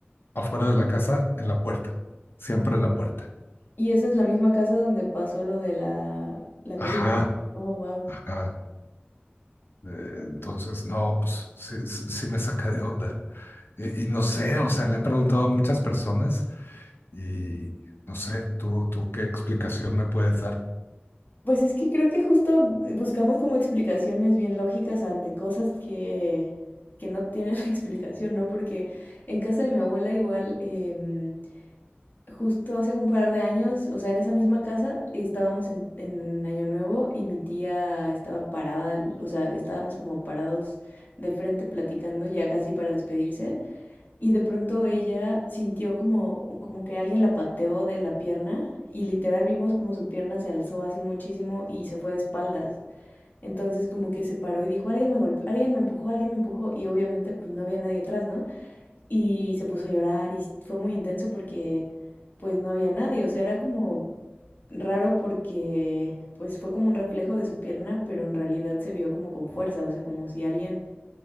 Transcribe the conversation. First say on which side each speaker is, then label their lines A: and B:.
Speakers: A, on the left; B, on the left.
A: afuera de la casa en la puerta, siempre en la puerta.
B: Y esa es la misma casa donde pasó lo de la, la
A: Ajá,
B: cobija. Oh, wow.
A: ajá. Eh, Entonces, no, pues sí, sí- sí me saca de onda. Y, y no sé, o sea, le he preguntado a muchas personas y no sé, tú, tú qué explicación me puedes dar. <clears throat>
B: Pues es que creo que justo buscamos como explicaciones bien lógicas ante cosas que, que no tienen <laughs> explicación, ¿no? Porque en casa de mi abuela igual. em, justo hace un par de años, o sea, en esa misma casa estábamos en, en Año Nuevo y mi tía estaba parada, o sea, estábamos como parados de frente platicando ya casi para despedirse y de pronto ella sintió como, como que alguien la pateó de la pierna y literal vimos como su pierna se alzó así muchísimo y se fue de espaldas. Entonces como que se paró y dijo, alguien me golpeó, alguien me empujó, alguien me empujó y obviamente pues no había nadie atrás, ¿no? y se puso a llorar y fue muy intenso porque pues no había nadie, o sea, era como raro porque pues fue como un reflejo de su pierna, pero en realidad se vio como con fuerza, o sea, como si alguien